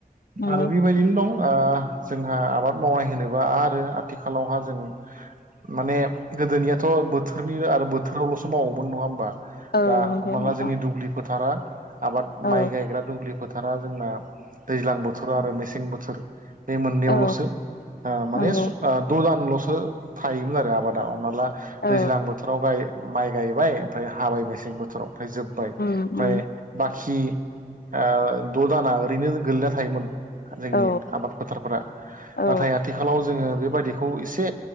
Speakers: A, on the left; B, on the right.
A: नंगौ
B: आरो बेबायदिनो दं ओ जोंहा आबाद मावनाय होनोबा आरो आथिखालावहा जों माने गोदोनियाथ' बोथोरनि आरो बोथोरावल'सो मावोमोन नङा होमबा
A: औ
B: दा
A: नंगौ
B: हमाब्ला
A: नोंथां
B: जोंनि दुब्लि फोथारा आबाद
A: औ
B: माइ गायग्रा दुब्लि फोथारा जोंना दैज्लां बोथोर आरो मेसें बोथोर बे मोननैयावल'सो
A: औ
B: माने
A: नंगौ
B: द'जानल'सो थायोमोन आरो आबादा हमना ला
A: औ
B: दैज्लां बोथोराव माइ गायबाय ओमफ्राय हाबाय मेसें बोथोराव ओमफ्राय जोब्बाय ओमफ्राय
A: उम उम
B: बाखि ओ द' दाना ओरैनो गोगलैना थायोमोन जोंनि
A: औ
B: आबाद फोथारफोरा
A: औ
B: नाथाय आथिखालाव जोङो बेबादिखौ एसे